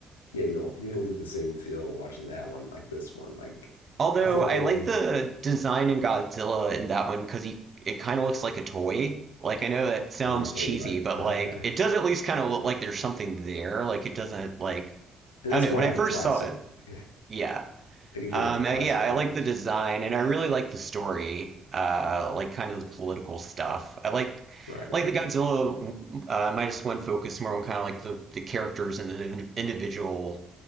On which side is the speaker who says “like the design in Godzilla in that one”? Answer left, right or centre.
Right